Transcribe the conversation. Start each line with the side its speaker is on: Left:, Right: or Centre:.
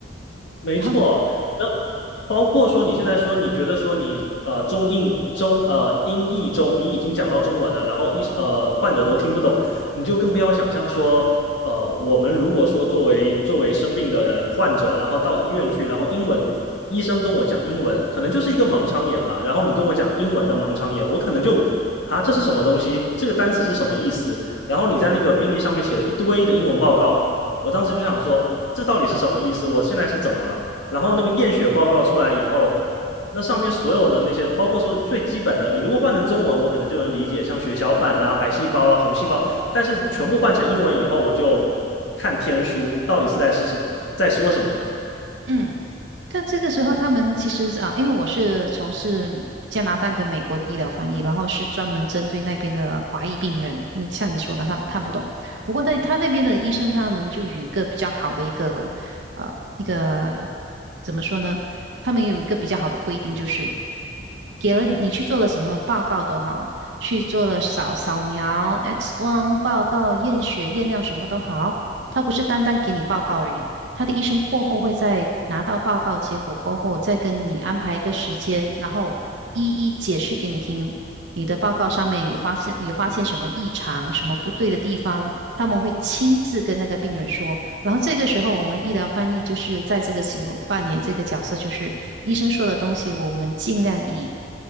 Left: 没错，
Right: 然后，
Left: 那包括说你现在说你觉得说你呃中印中呃英译中你已经讲到中文了，然后医呃患者都听不懂，你就更不要想象说呃我们如果说作为作为生病的人患者，然后到医院去，然后英文医生跟我讲英文，可能就是一个盲肠炎吧，然后你跟我讲英文的盲肠炎，我可能就啊这是什么东西？这个单词是什么意思？然后你在那个病历上面写了一堆的英文报告。我当时就想说，这到底是什么意思？我现在是怎么了？然后那个验血报告出来以后，那上面所有的那些，包括说最基本的，你如果换成中文，我可能就能理解，像血小板啦、白细胞啦、红细胞，但是全部换成英文以后，我就看天书，到底是在是什么，在说什么。
Right: 嗯，但这个时候，他们其实啊，因为我是从事加拿大跟美国的医疗翻译，然后是专门针对那边的华裔病人，因为像你说的，他们看不懂。不过在他那边的医生，他们就有一个比较好的一个呃一个怎么说呢？他们有一个比较好的规定，就是给了你去做了什么报告都好，去做了扫扫描、X 光报告、验血、验尿什么都好，他不是单单给你报告而已。他的医生过后会在拿到报告结果过后，再跟你安排一个时间，然后一一解释给你听。你的报告上面有发现有发现什么异常、什么不对的地方，他们会亲自跟那个病人说。然后这个时候，我们医疗翻译就是在这个时候扮演这个角色，就是医生说的东西，我们尽量以